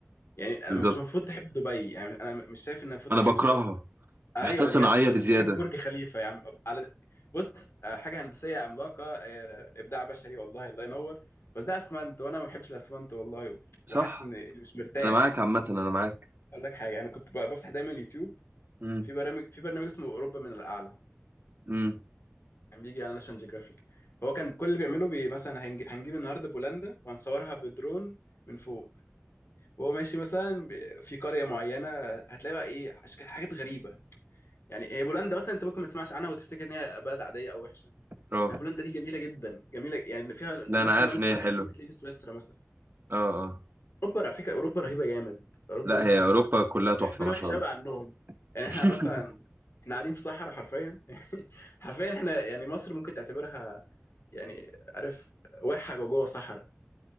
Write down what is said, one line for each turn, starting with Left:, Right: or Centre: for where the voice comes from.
Left: يعني انا
Right: بالظبط
Left: مش المفروض تحب دبي يعني انا مش شايف ان المفروض
Right: انا
Left: تحب
Right: بكرهها
Left: ايوه
Right: احساس صناعيه
Left: بجد مش
Right: بزياده
Left: المفروض تحب برج خليفه يا عم على بص آه، حاجه هندسيه عملاقه آه، ابداع بشري والله الله ينور بس ده اسمنت وانا ما بحبش الاسمنت والله
Right: صح
Left: وحاسس اني مش مرتاح
Right: انا معاك عامه انا معاك
Left: اقول لك حاجه انا كنت بفتح دايما اليوتيوب
Right: امم
Left: في برامج في برنامج اسمه اوروبا من الاعلى
Right: امم
Left: كان بيجي على ناشونال جيوغرافيك هو كان كل اللي بيعمله بي مثلا هنج- هنجيب النهارده بولندا وهنصورها بدرون من فوق وهو ماشي مثلا ب- في قريه معينه هتلاقي بقى ايه أشك- حاجات غريبه يعني هي بولندا مثلا انت ممكن ما تسمعش عنها وتفتكر ان هي بلد عاديه او وحشه
Right: اه
Left: انها بولندا دي جميله جدا جميله يعني فيها نفس
Right: لا انا عارف
Left: جمال
Right: ان
Left: الطبيعه
Right: هي حلوه
Left: اللي ممكن تلاقيه في سويسرا مثلا
Right: اه اه
Left: اوروبا على فكره اوروبا رهيبه جامد اوروبا
Right: لا
Left: مثلا
Right: هي اوروبا كلها تحفه
Left: حظنا
Right: ما
Left: وحش
Right: شاء الله
Left: قوي عنهم يعني
Right: <laughs>
Left: احنا مثلا احنا قاعدين في صحراء حرفيا <laughs> حرفيا احنا يعني مصر ممكن تعتبرها يعني عارف واحة جوه جوه صحراء